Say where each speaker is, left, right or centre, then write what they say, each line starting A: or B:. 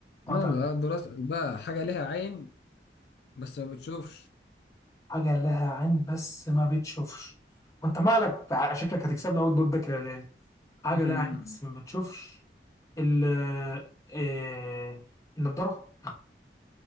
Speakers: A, on the left; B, on the left.
A: قطع
B: أنا اللي هقدر أسأل بقى حاجة ليها عين بس ما بتشوفش
A: حاجة لها عين بس ما بتشوفش وانت مالك بع- شكلك هتكسبنا اول دور ده كده ليه حاجة
B: <laughs>
A: لها عين بس ما بتشوفش ال إيه... النضارة